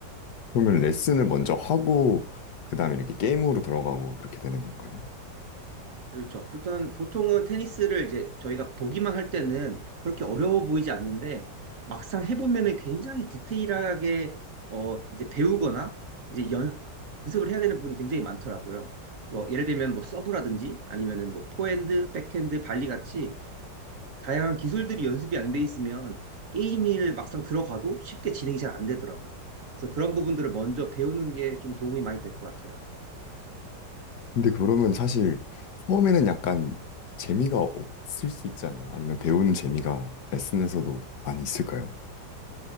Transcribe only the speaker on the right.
그렇죠. 일단 보통은 테니스를 이제 저희가 보기만 할 때는 그렇게 어려워 보이지 않는데 막상 해보면은 굉장히 디테일하게 어 이제 배우거나 이제 연습을 해야 되는 분이 굉장히 많더라고요. 그래서 예를 들면 뭐 서브라든지 아니면은 뭐 포핸드, 백핸드, 발리 같이 다양한 기술들이 연습이 안 돼 있으면 게임을 막상 들어가도 쉽게 진행이 잘 안 되더라고요. 그래서 그런 부분들을 먼저 배우는 게 좀 도움이 많이 될 것 같아요.